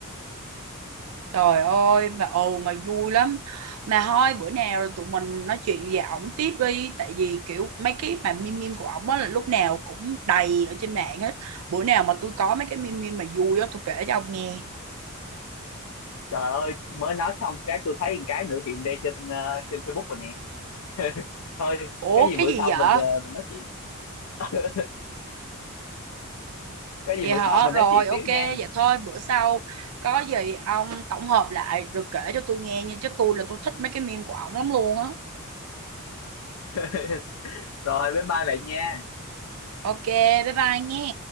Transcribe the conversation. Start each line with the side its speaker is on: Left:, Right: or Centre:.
Right: Trời ơi mà ừ mà vui lắm Mà thôi bữa nào tụi mình nói chuyện về ổng tiếp đi Tại vì kiểu mấy cái mà meme meme của ổng á là lúc nào cũng đầy ở trên mạng hết Bữa nào mà tôi có mấy cái meme meme mà vui á tôi kể cho ông nghe
Left: trời ơi mới nói xong cái tôi thấy một cái nữa hiện ra trên ờ, trên Facebook rồi nè <laughs> thôi
Right: Ủa
Left: cái gì
Right: cái
Left: bữa
Right: gì
Left: sau
Right: vậy?
Left: mình ờ, mình nói chuyện <laughs> cái gì
Right: Vậy
Left: bữa
Right: hả?
Left: sau mình
Right: Rồi
Left: nói chuyện
Right: ok
Left: tiếp
Right: vậy
Left: nha
Right: thôi bữa sau có gì ông tổng hợp lại rồi kể cho tôi nghe nha Chứ tôi là tôi thích mấy cái meme của ổng lắm luôn á
Left: <laughs> rồi bye bye bạn nha
Right: Ok bye bye nghe